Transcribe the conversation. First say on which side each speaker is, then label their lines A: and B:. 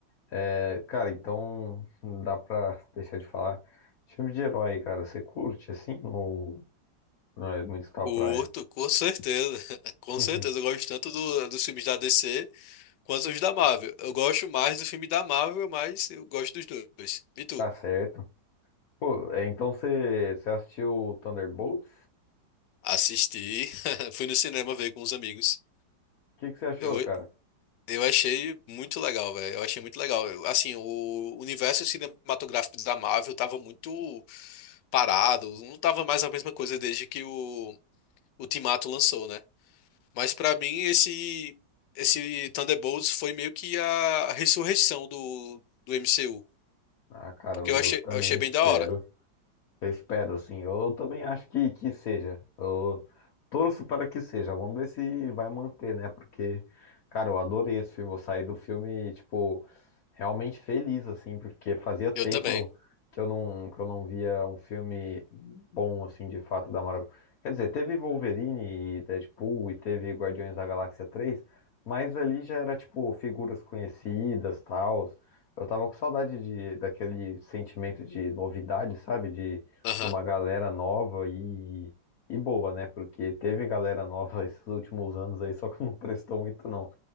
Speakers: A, on the left (about 55°); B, on the left (about 75°).
A: É, cara, então não dá pra deixar de falar. Filme de herói, cara, você curte assim? Ou não é muito sua
B: Curto,
A: praia?
B: com certeza. <laughs> Com
A: Uhum.
B: certeza.
A: <laughs>
B: Eu gosto tanto do- dos filmes da DC quanto os da Marvel. Eu gosto mais do filme da Marvel, mas eu gosto dos dois. E tu?
A: Tá certo. Pô, é, então você, você assistiu Thunderbolts?
B: Assisti. <laughs> Fui no cinema ver com os amigos.
A: O que que você achou,
B: Eu, go-
A: cara?
B: eu achei muito legal, velho. Eu achei muito legal. Eu- assim, o universo cinematográfico da Marvel tava muito parado. Não tava mais a mesma coisa desde que o Ultimato lançou, né? Mas pra mim esse esse Thunderbolts foi meio que a ressurreição do, do MCU,
A: Ah, cara,
B: porque
A: eu
B: eu achei,
A: eu também
B: eu achei
A: espero.
B: bem da hora.
A: Eu espero, assim. Eu também acho que, que seja. Eu torço para que seja. Vamos ver se vai manter, né? Porque, cara, eu adorei esse filme. Eu saí do filme, tipo, realmente feliz, assim, porque fazia tempo
B: Eu também.
A: que eu não, que eu não via um filme bom, assim, de fato, da Marvel. Quer dizer, teve Wolverine e Deadpool e teve Guardiões da Galáxia 3, mas ali já era, tipo, figuras conhecidas, tal. Eu tava com saudade de, daquele sentimento de novidade, sabe? De
B: Aham,
A: de uma galera nova e, e boa, né? Porque teve galera nova <laughs> esses últimos anos aí, só que não prestou muito, não.